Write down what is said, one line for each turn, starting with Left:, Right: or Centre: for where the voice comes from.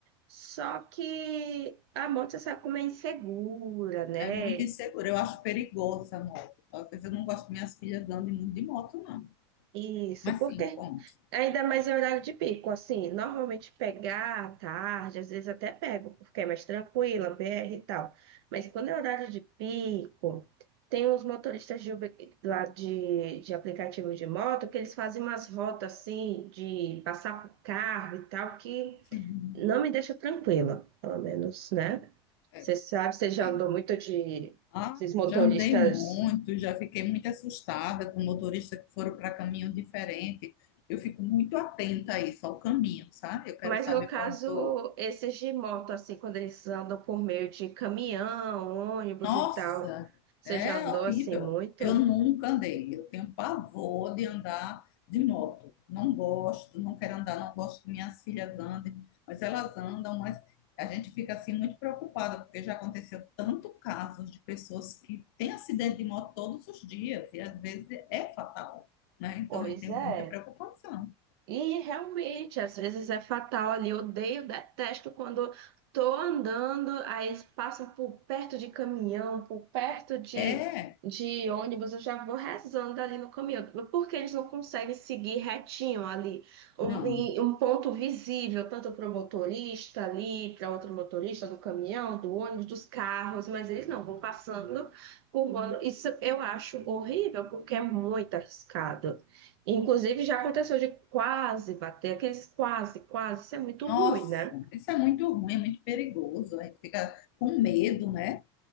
Right: Só que a moto sabe como é insegura, né?
Left: é muito inseguro. Eu acho perigoso essa moto. Talvez eu não gosto que minhas filhas andem muito de moto, não.
Right: Isso,
Left: Mas
Right: porque
Left: sim, conte.
Right: ainda mais em horário de pico, assim, normalmente pegar à tarde, às vezes até pego, porque é mais tranquila, BR e tal. Mas quando é horário de pico, tem uns motoristas de Uber, lá de, de aplicativo de moto que eles fazem umas rotas assim, de passar por carro e tal, que
Left: Sim,
Right: Não me deixa tranquila, pelo menos, né?
Left: é,
Right: Você sabe,
Left: sim,
Right: você já
Left: entendo.
Right: andou muito de
Left: Ah,
Right: esses motoristas,
Left: já andei muito, já fiquei muito assustada com motoristas que foram para caminho diferente. Eu fico muito atenta a isso, ao caminho, sabe? Eu quero
Right: mas
Left: saber
Right: no caso,
Left: para onde estou
Right: esses de moto, assim, quando eles andam por meio de caminhão, ônibus
Left: Nossa,
Right: e tal, você
Left: é
Right: já andou
Left: horrível.
Right: assim muito?
Left: Eu nunca andei. Eu tenho pavor de andar de moto. Não gosto, não quero andar, não gosto que minhas filhas andem, mas elas andam, mas a gente fica assim muito preocupada, porque já aconteceu tanto casos de pessoas que têm acidente de moto todos os dias, e às vezes é fatal, né? Então
Right: Pois
Left: a gente tem
Right: é.
Left: muita preocupação.
Right: E realmente, às vezes é fatal ali. Eu odeio, detesto quando tô andando, aí eles passam por perto de caminhão, por perto de,
Left: É,
Right: de ônibus, eu já vou rezando ali no caminhão. Porque eles não conseguem seguir retinho ali, um,
Left: não.
Right: em um ponto visível, tanto para o motorista ali, para outro motorista do caminhão, do ônibus, dos carros, mas eles não vão passando por. Isso eu acho horrível, porque é muito arriscado. Inclusive, já aconteceu de quase bater, aqueles quase, quase, isso é muito
Left: Nossa,
Right: ruim, né?
Left: isso é muito ruim, é muito perigoso. A gente fica com medo, né?